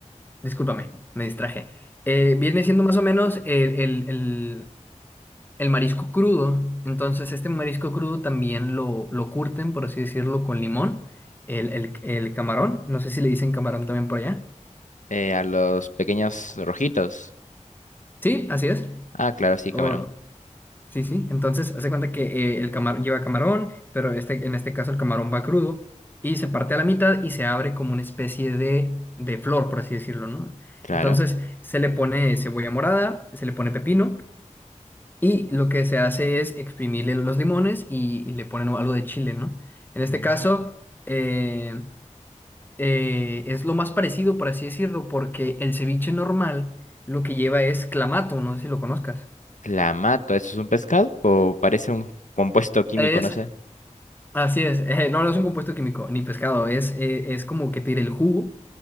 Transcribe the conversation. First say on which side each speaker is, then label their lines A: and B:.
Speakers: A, on the left; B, on the left.
A: discúlpame, me distraje. Eh, viene siendo más o menos el, el- el- el marisco crudo. Entonces, este marisco crudo también lo, lo curten, por así decirlo, con limón. El, el- el camarón, no sé si le dicen camarón también por allá.
B: Eh, a los pequeños rojitos.
A: Sí, así es.
B: Ah, claro, sí,
A: O,
B: camarón.
A: sí, sí. Entonces, hace cuenta que eh, el camarón lleva camarón, pero este, en este caso el camarón va crudo y se parte a la mitad y se abre como una especie de, de flor, por así decirlo, ¿no?
B: Claro.
A: Entonces, se le pone cebolla morada, se le pone pepino. Y lo que se hace es exprimirle los limones y, y le ponen algo de chile, ¿no? En este
B: Mm.
A: caso, eh, eh, es lo más parecido, por así decirlo, porque el ceviche normal lo que lleva es clamato, no sé si lo conozcas.
B: Clamato, ¿eso es un pescado? ¿O parece un compuesto químico,
A: Es,
B: no sé?
A: así es, <laughs> eh, no, no es un compuesto químico, ni pescado, es, eh, es como que tira el jugo.